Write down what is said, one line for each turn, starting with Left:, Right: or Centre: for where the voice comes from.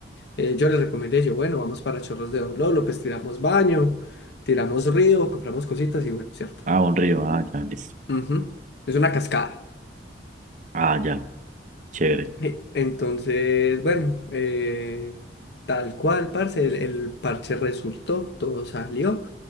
Left: eh, yo les recomendé, yo, bueno, vamos para Chorros de Don Lolo, pues tiramos baño, tiramos río, compramos cositas y bueno, ¿cierto?
Right: Ah, un río, ah, ya, listo.
Left: Ujú, Es una cascada.
Right: Ah, ya, chévere.
Left: Eh, Entonces, bueno, eh, tal cual, parce, el, el parche resultó, todo salió.